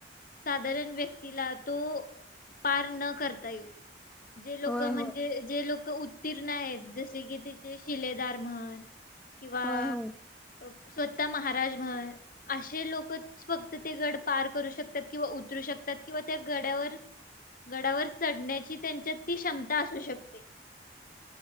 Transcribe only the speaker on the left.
साधारण व्यक्तीला तो पार न करता येवु जे लोक
म्हणजे
जे लोक उत्तीर्ण आहेत जसे की तिचे शिलेदार म्हण किंवा
अप स्वतः महाराज म्हण असे लोकच फक्त ते गड पार करू शकतात किंवा उतरू शकतात किंवा त्या गड्यावर गडावर चढण्याची त्यांच्यात ती क्षमता असू शकते